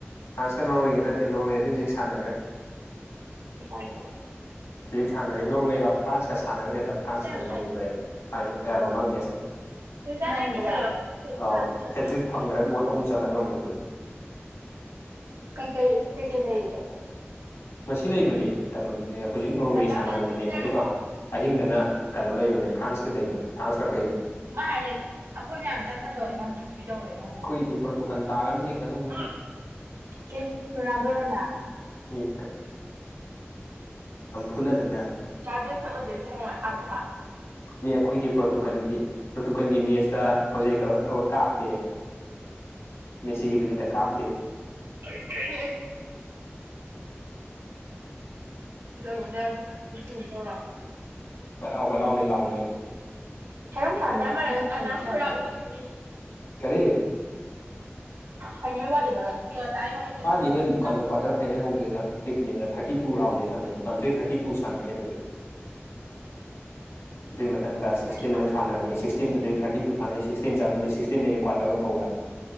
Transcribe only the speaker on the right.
ꯇꯥꯏꯦ ꯇ
ꯁꯦꯝ ꯃꯈꯥꯏꯗ
ꯔꯤꯖꯥ ꯅꯪ ꯏꯁꯜꯂꯛꯑꯣ ꯐꯦꯟ ꯃꯈꯥꯗ
ꯐꯝꯃ
ꯆꯥꯕ
ꯀꯩ ꯀꯜ ꯀꯩ ꯀꯦꯜ ꯂꯩꯒ
ꯔꯇꯥꯇꯥ
ꯑꯅꯤ ꯄꯤꯖꯔꯦꯀꯣ
ꯃꯥꯌꯦ ꯑꯩꯈꯣꯏ ꯃꯌꯥꯝꯇꯅ ꯍꯟꯗꯧꯋꯤ ꯃꯌꯥꯝ ꯄꯤꯗꯧꯋꯦ ꯃꯥ
ꯎꯝ ꯁꯨꯅꯥ ꯗꯣꯔꯣꯅꯥ
ꯇꯥꯖꯦ ꯑꯣꯏꯖꯤꯦꯁ ꯍꯦ ꯑꯙꯥ
<unintelligible> ꯑ ꯆꯜ ꯍꯗ ꯍ
ꯊꯔꯝ ꯄꯥꯗꯥꯥꯔꯥ ꯑꯣꯏꯗꯣꯏꯅꯤ
ꯐꯩꯅꯜ ꯋꯥꯂꯤꯕꯕ ꯇꯄ
ꯎꯗꯗꯥ ꯆꯪ
<unintelligible>